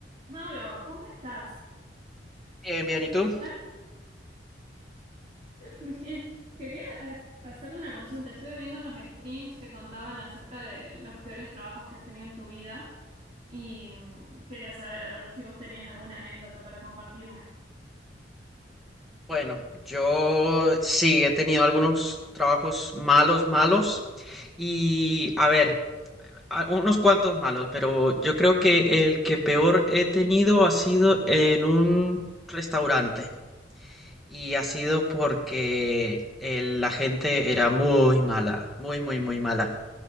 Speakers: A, on the right; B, in the centre.
A: Mauro, ¿cómo estás?
B: Bien, bien, ¿y tú?
A: Ay, <laughs> bien. Quería as- hacerte una consulta. Estuve viendo unos streams que contaban acerca de los peores trabajos que has tenido en tu vida y mm, quería saber, a ver si vos tenías alguna anécdota para compartirme.
B: Bueno, yo sí he tenido algunos trabajos malos, malos, y a ver, a- unos cuantos malos, pero yo creo que el que peor he tenido ha sido en un restaurante, y ha sido porque el- la gente era muy mala, muy, muy, muy mala.